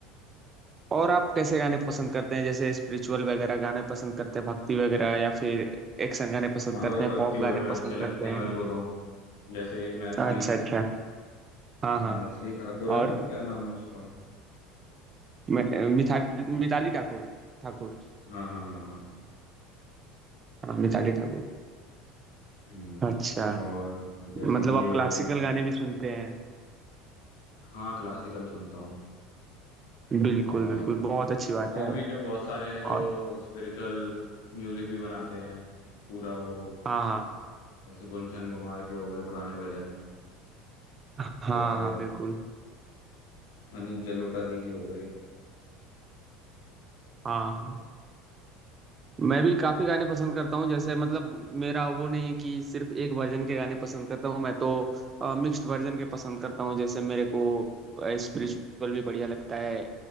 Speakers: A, on the right (about 30°); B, on the left (about 80°).
A: और आप कैसे गाने पसंद करते हैं जैसे स्पिरिचुअल वगैरह गाने पसंद करते हैं भक्ति वगैरह या फिर एक्शन गाने पसंद
B: हाँ
A: करते
B: भाई भक्ति
A: हैं पॉप
B: वगैरह
A: गाने
B: अच्छे
A: पसंद
B: लगते
A: करते
B: हैं
A: हैं
B: मेरे को तो जैसे ये मैथिली
A: अच्छा अच्छा हाँ हाँ
B: मैथिली ठाकुर है
A: और
B: ना वो क्या नाम है उसका
A: मि- मिथा मिताली ठाकुर ठाकुर
B: हाँ हाँ हाँ हाँ
A: हाँ मिताली ठाकुर
B: हम्म
A: अच्छा
B: और जैसे
A: मतलब
B: कि
A: आप
B: ये हो
A: क्लासिकल
B: गए
A: गाने भी सुनते हैं
B: हाँ क्लासिकल सुनता हूँ
A: बिल्कुल
B: और
A: बिल्कुल बहुत अच्छी बात
B: और
A: है
B: भी जो बहुत सारे हैं
A: और
B: जो स्पिरिचुअल म्यूजिक भी बनाते हैं पूरा वो
A: हाँ हाँ
B: जैसे गुलशन कुमार के हो गए पुराने भजन
A: हाँ
B: या फिर
A: हाँ बिल्कुल
B: अनूप जलोटा जी के हो गए
A: हाँ हाँ। मैं भी काफी गाने पसंद करता हूँ जैसे मतलब मेरा वो नहीं है कि सिर्फ एक वर्जन के गाने पसंद करता हूँ मैं तो मिक्स्ड वर्जन के पसंद करता हूँ जैसे मेरे को स्पिरिचुअल भी बढ़िया लगता है